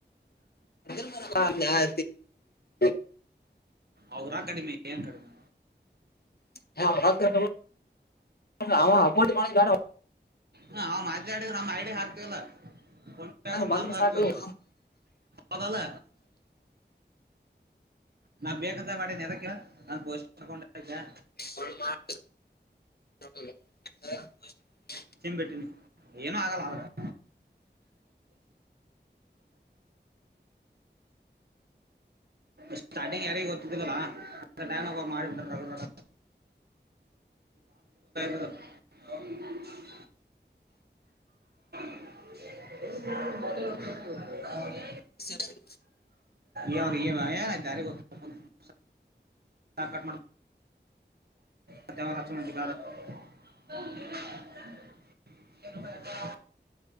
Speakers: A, on the left (about 60°); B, on the right (about 60°).
A: <unintelligible>
B: ಅವೂರಾಗ್ ಕಡಿಮೆ ಏನ್ ಕಡಿಮೆ
A: <unintelligible>
B: ಹಾ ನಾವ್ ಮಾತನಾಡಿದ್ರ ನಮ್ಮ ಐಡಿಯ ಹಾಕ್ತೀವಲ್ಲ ಫೋನ್
A: ಬೇಡ
B: ಪೇ ಅಕೌಂಟ್
A: ಬಂದ್ರೆ
B: ನಂಬ್ದು ಹಾಕ್ತಿವಲ್ಲ
A: ಸಾಕಲ್ಲ
B: ಹೌದಲ್ಲ ನಾ ಬೇಕಂತ ಮಾಡೀದ್ನ ನಂದ್ ಪೋಸ್ಟಿಂದ ಅಕೌಂಟ್ ಐತ್ಯಾ
A: <unintelligible>
B: ಸಿಂ ಬಿಟ್ಟಿನಿ ಏನೂ ಆಗಲ್ಲ ಆದ್ರ <unintelligible> ಸ್ಟಾರ್ಟಿಂಗ್ ಯಾರಿಗೂ ಗೊತ್ತಿದ್ದಿಲ್ಲಣಾ ಹಂತಾ ಟೈಮ್ದಾಗ ಅವ್ರ ಮಾಡಿಬಿಟ್ಟಾರ ರಗಢ <unintelligible>
A: <inaudible>
B: <unintelligible>
A: ಇ <inaudible>
B: ಯ ಯ ತಾರ <unintelligible> ಸಾ ಕಟ್ ಮಾಡ್ತೀನಿ ಅಂತವರ ಹಚಮಂತ ಗಾದ <unintelligible> ಎರ <inaudible>